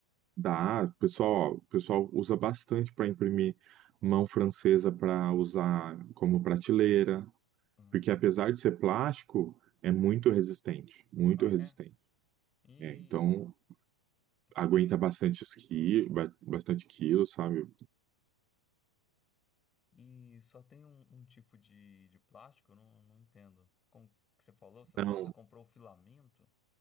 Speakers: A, on the right; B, on the left.
A: dá. Pessoal, o pessoal usa bastante para imprimir mão francesa para usar como prateleira,
B: Hum,
A: porque apesar de ser plástico, é muito resistente, muito
B: Ah,
A: resistente.
B: é. E
A: É, então
B: só
A: aguenta
B: tem um,
A: bastante esqui, ba- bastante quilo, sabe?
B: e só tem um, um tipo de, de plástico? Eu não, não entendo. Como que você falou? Você
A: Não,
B: falou que você comprou o filamento?